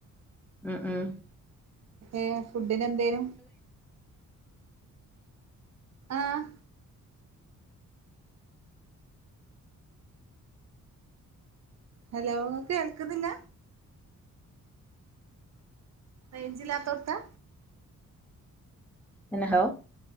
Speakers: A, in the centre; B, on the right.
A: ആഹ ആഹ്
B: ഏഹ് ഫുഡിന് എന്തെനിം ആഹ ഹലോ കേൾക്കുന്നില്ല? റേഞ്ചില്ലാത്തോട്ത്താ?
A: എന്നെ ഹലോ